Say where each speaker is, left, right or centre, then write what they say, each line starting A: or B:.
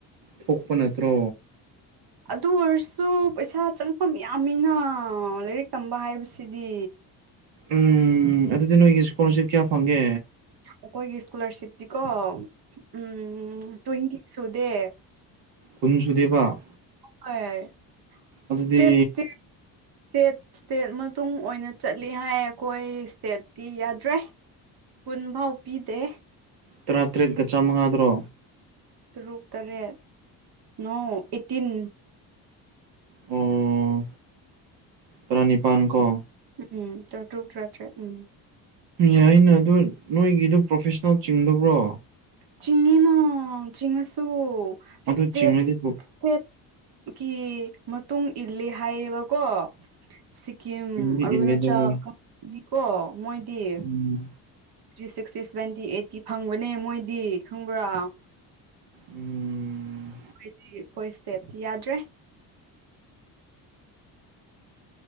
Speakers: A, on the right (about 75°); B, on the right (about 60°).
A: ꯊꯣꯛꯄ ꯅꯠꯇ꯭ꯔꯣ
B: ꯑꯗꯨ ꯑꯣꯏꯔꯁꯨ ꯄꯩꯁꯥ ꯆꯪꯐꯝ ꯌꯥꯝꯃꯤꯅ ꯂꯥꯏꯔꯤꯛ ꯇꯝꯕ ꯍꯥꯏꯕꯁꯤꯗꯤ
A: ꯎꯝ ꯑꯗꯨꯗꯤ ꯅꯣꯏꯒꯤ ꯏꯁꯀꯣꯂꯔꯁꯤꯞ ꯀꯌꯥ ꯐꯪꯒꯦ
B: ꯑꯩꯈꯣꯏꯒꯤ ꯏꯁꯀꯣꯂꯥꯔꯁꯤꯞꯇꯤꯀꯣ ꯎꯝ ꯇ꯭ꯋꯦꯟꯇꯤ ꯁꯨꯗꯦ
A: ꯀꯨꯟ ꯁꯨꯨꯗꯦꯕ
B: ꯍꯣꯏ
A: ꯑꯗꯨꯗꯤ
B: ꯁꯇꯦꯠ ꯁꯇꯦꯠ ꯏꯁꯇꯦꯠ ꯏꯁꯇꯦꯠ ꯃꯇꯨꯡ ꯑꯣꯏꯅ ꯆꯠꯂꯤ ꯍꯥꯏ ꯑꯩꯈꯣꯏ ꯏꯁꯇꯦꯠꯇꯤ ꯌꯥꯗ꯭ꯔꯦ ꯀꯨꯟꯐꯥꯎ ꯄꯤꯗꯦ
A: ꯇꯔꯥꯇꯔꯦꯠꯀ ꯆꯥꯃꯉꯥꯗꯔꯣ
B: ꯇꯔꯨꯛ ꯇꯔꯦꯠ ꯅꯣ ꯑꯩꯠꯇꯤꯟ
A: ꯑꯣ ꯇꯔꯥꯅꯤꯄꯥꯟꯀꯣ
B: ꯎꯝ ꯇ꯭ꯔꯥꯇꯔꯨꯛ ꯇꯔꯥꯇꯔꯦꯠ ꯎꯝ
A: ꯌꯥꯏꯅ ꯑꯗꯨ ꯅꯣꯏꯒꯤꯗꯣ ꯄ꯭ꯔꯣꯐꯦꯁꯅꯦꯜ ꯆꯤꯡꯗꯕ꯭ꯔꯣ
B: ꯆꯤꯡꯉꯤꯅ ꯆꯤꯡꯉꯁꯨꯨ
A: ꯑꯗꯨ
B: ꯁ꯭ꯇꯦꯠ
A: ꯆꯤꯡꯉꯗꯤ
B: ꯏꯁꯦꯠꯀꯤ ꯃꯇꯨꯡ ꯏꯜꯂꯤ ꯍꯥꯏꯌꯦꯕꯀꯣ ꯁꯤꯛꯀꯤꯝ
A: ꯏꯟꯗꯤ
B: ꯑꯔꯨꯅꯥꯆꯜ
A: ꯏꯜꯂꯦꯗ ꯍꯣꯏ
B: <inaudible> ꯒꯤꯀꯣ ꯃꯣꯏꯗꯤ
A: ꯎꯝ
B: ꯊ꯭ꯔꯤ ꯁꯤꯛꯁꯇꯤ ꯁꯚꯦꯟꯇꯤ ꯑꯩꯠꯇꯤ ꯐꯪꯕꯅꯦ ꯃꯣꯏꯗꯤ ꯈꯪꯕ꯭ꯔꯥ
A: ꯎꯝ
B: ꯑꯩꯈꯣꯏꯗꯤ ꯑꯩꯈꯣꯏ ꯁ꯭ꯇꯦꯠꯇꯤ ꯌꯥꯗ꯭ꯔꯦ